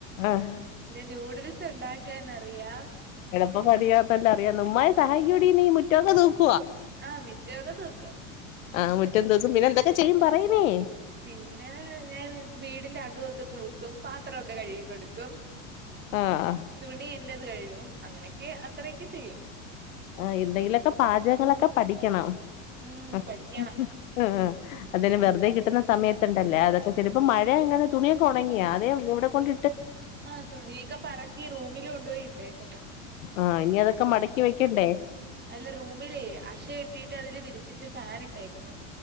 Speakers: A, on the left (about 85°); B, on the right (about 25°).
A: ആഹ്
B: ന്നെ ന്യൂഡിൽസ് <unintelligible> ഉണ്ടാക്കൻറിയാ
A: <unintelligible> അറിയാം നുമ്മായ സഹായികോഡീ നീ മുറ്റക്ക തൂക്ക്
B: ആഹ് മിറ്റക്കെ തുക്കും
A: ആഹ് മുറ്റന്ന ദിവസം പിന്നെ എന്തൊക്കെ ചെയ്യും പറയനേ
B: പിന്നെ ഞാൻ വീടിന്റെ അകവുംക്കെ തൂക്കും പാത്രക്കെ കഴുകിക്കൊടുക്കും
A: ആഹ്
B: തുണി എന്റത് കഴും അങ്ങനെയൊക്കെ അത്രയൊക്കെ ചെയ്യും
A: ആഹ് എന്തെങ്കിലൊക്കെ പാചകങ്ങളൊക്കെ പഠിക്കണം
B: ഉം
A: ആഹ്
B: പഠിക്കണം
A: ആഹ് അതന്നെ വെറുതെ കി <unintelligible> സമയത്ത്ണ്ടല്ലേ അതൊക്കെ ചില ഇപ്പോം മഴയ ഇങ്ങനെ തുണിയെ ഉണങ്ങിയാ അതെ ഇവിടെ കൊണ്ട്
B: ആഹ് തുണിയൊക്കെ പറക്കി റൂമിൽ കൊണ്ടുപോയി ഇട്ടേക്കന്ന്
A: ആഹ് ഇനി അതൊക്കെ മടക്കി വെക്കണ്ടേ
B: അല്ല റൂമിലേ അശ കേട്ടി <unintelligible> വിരിച്ചിട്ട് ഫാൻ ഇട്ടേക്കുന്നു